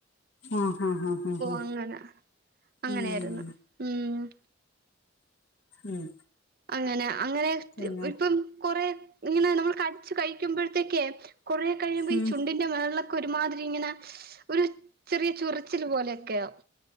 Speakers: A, on the left (about 70°); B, on the right (about 50°).
A: ആഹ് ആഹ് ആഹ് ആഹ്
B: അങ്ങനെ അങ്ങനെയായിരുന്നു
A: ഉം
B: ഉം
A: ഉം
B: അങ്ങനെ അങ്ങനെ
A: പിന്നെ
B: ഇപ്പം കൊറേ ഇങ്ങനെ നമ്മൾ ച്ച് കഴിക്കുമ്പോഴ്ത്തേക്കയ് കുറേ കഴിയുമ്പോ
A: ഉം
B: ഈ ചുണ്ടിന്റെ മേൾല് ക്കൊരുമാതിരിങ്ങന ഒരു ചെറിയ ചൊറിച്ചില് പോലെക്കെയാവും